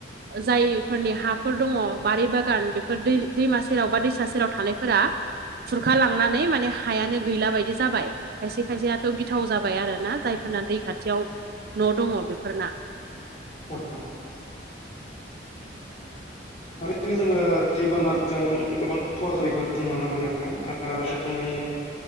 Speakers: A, on the right; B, on the left.
A: जायफोरनि हाफोर दङ बारि बागान बेफोर दै दैमा सेराव बा दैसा सेराव थानायफोरा खुरखा लांनानै माने हायानो गैला बायदि जाबाय। खायसे खायसेयाथ' गिथाव जाबाय आरो ना जायफोरना दै खाथियाव न' दङ बेफोरना।
B: <unintelligible> थारैनो जोङो दैबानाजों गोबां खहा जानायखौ जों नुनो मोनो ओ जोंनि